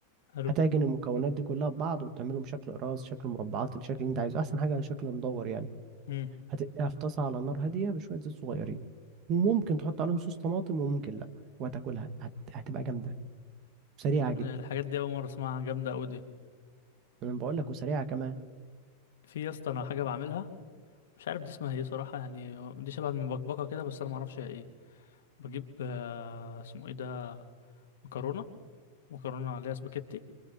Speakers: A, on the left; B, on the right.
A: حلو
B: هتعجن المكونات دي كلها ببعض وتعملهم شكل قراص شكل مربعات الشكل اللي انت عايزه احسن حاجة شكل مدور يعني
A: مم.
B: هتقليها في طاسة على نار هادية بشوية زيت صغيرين وممكن تحط عليهم صوص طماطم وممكن لا وهتاكلها هت... هتبقى جامدة وسريعة
A: يا ابني
B: جدا
A: الحاجات دي أول مرة أسمعها جامدة أوي دي
B: انا بقول لك وسريعة كمان
A: في يا اسطى انا حاجه بعملها مش عارف دي اسمها ايه صراحه يعني دي شبه المبكبكه كده بس انا ما اعرفش هي ايه بجيب آه، اسمه ايه ده مكرونه مكرونه عليها سباكيتي